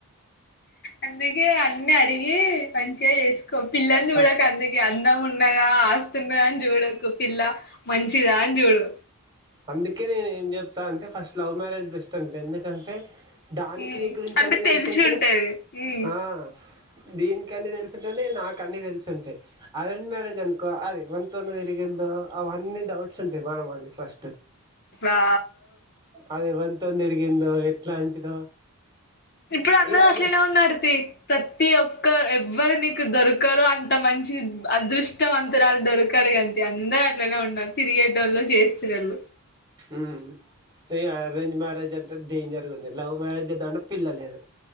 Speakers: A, on the left; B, on the right.
A: అందుకే అన్ని అడిగి మంచిగా చేస్ పిల్లని
B: ఫస్ట్
A: చూడకందుకే అందం ఉన్నదా ఆస్తున్నదా అని చూడక్ పిల్ల మంచిదా అని చూడు
B: అందుకే నేను ఏం చెప్తా అంటే ఫస్ట్ లవ్ మ్యారేజ్ బెస్ట్ అంట ఎందుకంటే దానికి
A: హ్మ్
B: నీ గురించి
A: అంటే
B: అన్ని తెలుసు
A: తెలిసి
B: ఉంటే
A: ఉంటది. హ్మ్
B: ఆ దీనికి అన్ని తెలుసు టుంది నాకు అన్నీ తెలిసి ఉంటాయి అరేంజ్ మ్యారేజ్ అనుకో అది ఎవనితోని తిరిగిందో అవన్నీ డౌట్స్ ఉంటాయి మల్ల మనకి ఫస్ట్
A: ఆ
B: అది ఎవనితోన్ తిరిగిందో ఎట్లాంటిదో
A: ఇప్పుడు అందరూ
B: ఇగ అన్ని
A: అట్లేనే ఉన్నారు తియ్ ప్రతి ఒక్క ఎవ్వరు నీకు దొరకరో అంత మంచి అదృష్టవంతురాలు దొరకరు కానీ ఇగ అందరు అట్లనే ఉన్నారు తిరిగేటోళ్లు చేస్తున్నారు
B: ఊ ఇగ అరేంజ్ మ్యారేజ్ అంటే డేంజర్గా ఉంది లవ్ మ్యారేజ్ చేద్దామంటే పిల్లలేదు